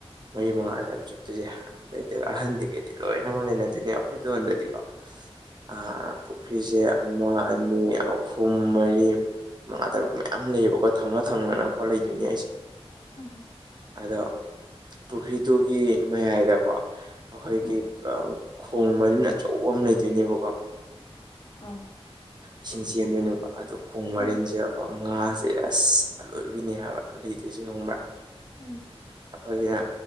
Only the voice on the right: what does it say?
ꯃꯔꯤ
ꯃꯉꯥꯅꯦꯕ ꯆꯨꯞꯇꯨꯁꯦ ꯑꯗꯨꯗꯩꯗꯤ ꯑꯍꯟꯒꯩꯗꯤ ꯂꯣꯏꯅꯃꯛ ꯂꯩꯅꯗꯣꯏꯅꯦ ꯑꯩꯈꯣꯏꯗꯣꯟꯗꯗꯤꯀꯣ ꯑ ꯄꯨꯈ꯭ꯔꯤꯁꯦ ꯑꯃ ꯑꯅꯤ ꯑꯍꯨꯝ ꯃꯔꯤ ꯃꯉꯥ ꯇꯔꯨꯛ ꯃꯌꯥꯝ ꯂꯩꯌꯦꯕꯀꯣ ꯊꯪꯅ ꯊꯪꯅꯅ ꯑꯐꯥꯎ ꯂꯩꯗꯣꯏꯅꯦ ꯑꯩꯁꯦ
ꯑꯗꯣ ꯄꯨꯈ꯭ꯔꯤꯗꯨꯒꯤ ꯃꯌꯥꯏꯗꯀꯣ ꯑꯩꯈꯣꯏꯒꯤ
ꯈꯣꯡ ꯃꯔꯤꯟ ꯑꯆꯧꯕ ꯑꯃ ꯂꯩꯗꯣꯏꯅꯦꯕꯀꯣ
ꯏꯁꯤꯡ ꯆꯦꯟꯗꯣꯏꯅꯦꯕ ꯑꯗꯣ ꯈꯣꯡ ꯃꯔꯤꯟꯁꯤꯔꯀꯣ
ꯉꯥꯁꯦ ꯑꯁ ꯑꯂꯣꯏꯕꯤꯅꯦ ꯍꯥꯏꯕ ꯂꯩꯗꯣꯏꯁꯦ ꯈꯪꯕ꯭ꯔꯥ
ꯑꯩꯈꯣꯏꯒꯤꯅ